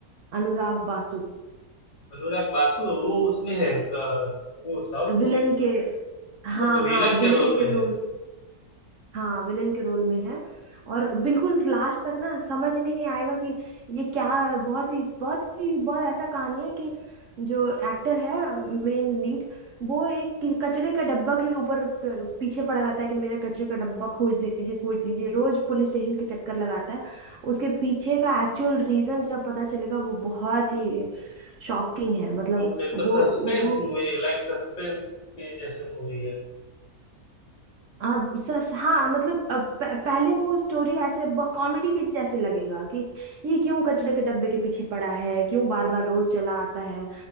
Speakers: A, on the right (about 65°); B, on the left (about 50°).
A: अनुराग बासु
B: अनुराग बासु है, वो उसमें है तो वो साउथ
A: विलेन
B: मूवी में
A: के हाँ
B: वो विलन
A: हाँ विलेन
B: के रोल
A: के
B: में है
A: रोल हाँ विलेन के रोल में है और बिल्कुल लास्ट तक ना समझ नहीं आएगा कि ये क्या बहुत ही बहुत ही बहुत ऐसा कहानी है कि जो एक्टर है मेन लीड वो एक कि- कचरे का डब्बा के ऊपर क- पीछे पड़ा रहता है कि मेरे कचरे का डब्बा खोज दीजिए खोज दीजिए रोज पुलिस स्टेशन के चक्कर लगाता है उसके पीछे का एक्चुअल रीजन जब पता चलेगा वो बहुत ही शॉकिंग है मतलब
B: ओके
A: वो
B: तो सस्पेंस
A: वो
B: मूवी लाइक सस्पेंस के जैसे मूवी है
A: हाँ सस हाँ मतलब अब प- पहले वो स्टोरी ऐसे कॉमेडी के जैसे लगेगा कि ये क्यों कचड़े के डब्बे के पीछे पड़ा है क्यों बार बार रोज चला आता है